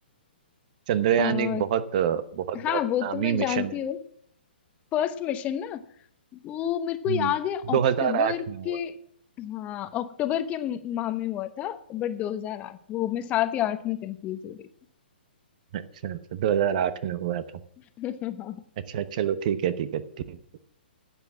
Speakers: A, on the right; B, on the left.
A: चंद्रयान
B: और
A: एक बहुत अ, बहुत
B: हाँ
A: बहुत
B: वो
A: नामी
B: तो मैं जानती
A: मिशन है
B: हूँ फर्स्ट मिशन ना वो मेरे को
A: हम्म
B: याद है अक्टूबर
A: 2008 में हुआ
B: के हाँ अक्टूबर के माह में हुआ था बट 2008 वो मैं सात या आठ में कंफ्यूज हो रही
A: अच्छा अच्छा 2008 में हुआ था
B: थी <laughs>
A: अच्छा चलो ठीक है ठीक है ठीक है